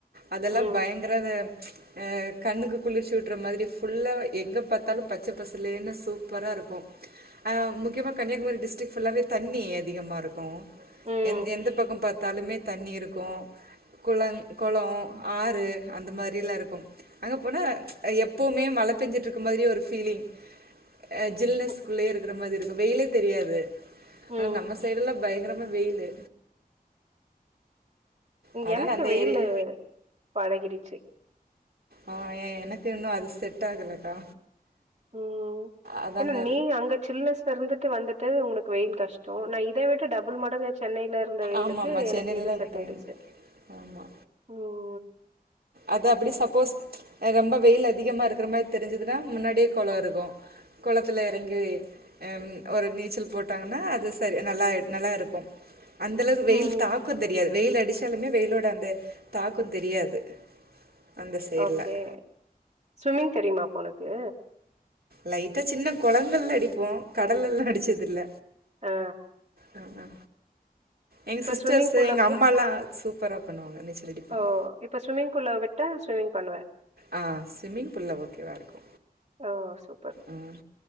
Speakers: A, on the right (about 75°); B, on the right (about 45°).
A: அதெல்லாம்
B: ம்
A: பயங்கரது அ கண்ணுக்கு குளிர்ச்சு உட்டுற மாதிரி ஃபுல்லா எங்க பாத்தாலும் பச்ச பசலேன்னு சூப்பரா இருக்கும் அ முக்கியமா கன்னியாகுமரி டிஸ்ட்ரிக் ஃபுல்லாவே தண்ணி அதிகமாருக்கூ
B: ம்
A: எந் எந்த பக்கம் பாத்தாலுமே தண்ணி இருக்கூ குளங் கொளொ ஆறு அந்த மாரிலா இருக்கும் அங்க போனா எப்பவுமே மழ பேஞ்சிட்டுருக்க மாரியே ஒரு ஃபீலிங் அ ஜில்னஸ்குள்ளயே
B: ம்
A: இருக்கிற மாதிரி இருக்கூ வெயிலே தெரியாது ஆனா
B: ம்.
A: நம்ம சைடு எல்லா பயங்கரமா வெயிலு அதனால
B: எனக்கு
A: அந்த
B: வெயிலு
A: ஏரியா
B: பழகிருச்சி
A: ஆ ஏ எனக்கு இன்னு அது செட் ஆகலக்கா
B: ம்
A: அதாங்க
B: ஏன்னா நீ அங்க சில்னஸ்ல இருந்துட்டு வந்துட்டு உனக்கு வெயில் கஷ்டோ நா இத விட்டு டபுள் மடங்குச் சென்னையில இருந்த வெயிலுக்கு
A: ஆமாமா சென்னைல
B: எனக்கு இது செட்
A: பயங்
B: ஆய்டுச்சு
A: ஆமா
B: ம்
A: அது அப்டி சப்போஸ் ரொம்ப வெயில் அதிகமா இருக்கிற மாரி தெரிஞ்சுதுன்னா முன்னாடியே கொளொ இருக்கூ கொளத்துல எறங்கி அம் ஒரு நீச்சல் போட்டாங்கன்னா அது சரி நல்லா நல்லா இருக்கும் அந்த அளவுக்கு வெயில்
B: ம்
A: தாக்கொந் தெரியாது வெயில் அடிச்சாலுமே வெயிலோட அந்த தாக்கொந் தெரியாது அந்த சைட்ல
B: ஓகே ஸ்விம்மிங் தெரியுமா அப்போ உனக்கு
A: லைட்டா சின்ன கொளங்கள்ல அடிப்போ கடல்லல்லா அடிச்சது இல்ல
B: ஆ
A: அ அ எங்க
B: இப்ப
A: சிஸ்டர்ஸு
B: ஸ்விம்மிங் பூல்
A: எங்க
B: அப்போ
A: அம்மால்லா சூப்பரா பண்ணுவாங்க நீச்சல் அடிப்பாங்க
B: ஓ இப்ப ஸ்விம்மிங் பூல்ல விட்டா ஸ்விம்மிங் பண்ணுவ
A: ஆ ஸ்விம்மிங் பூல்ல ஓகேவா இருக்கு
B: ஆ சூ
A: ம்